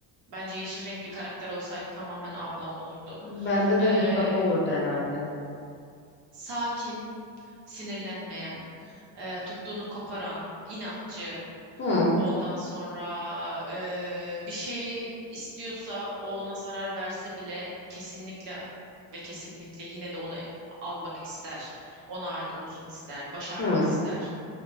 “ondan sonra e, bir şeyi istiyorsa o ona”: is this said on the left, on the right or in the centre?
Right